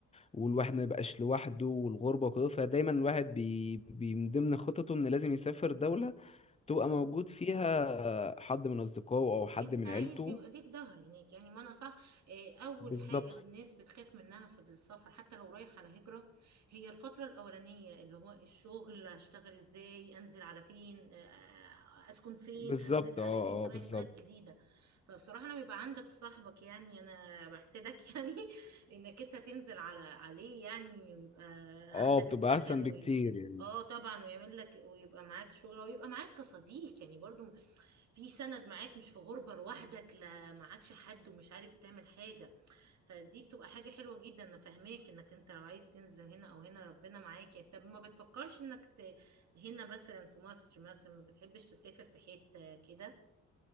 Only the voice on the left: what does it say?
والواحد ما يبقاش لوحده والغربة وكده فدايما الواحد بي... بي من ضمن خططه ان لازم يسافر دولة تبقى
موجود فيها حد من اصدقائه او حد
من
عيلته
بالظبط
بالظبط
اه
اه بالظبط
اه
بتبقى
احسن بكتير يعني